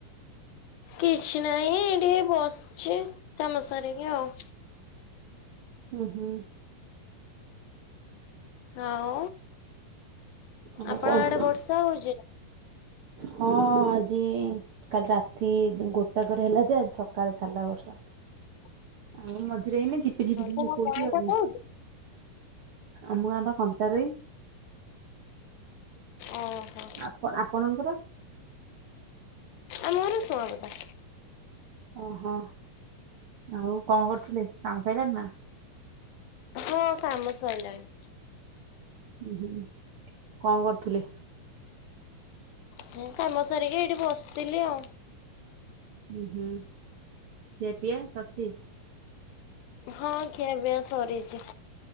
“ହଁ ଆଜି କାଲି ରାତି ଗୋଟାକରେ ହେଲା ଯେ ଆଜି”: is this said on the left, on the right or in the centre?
Right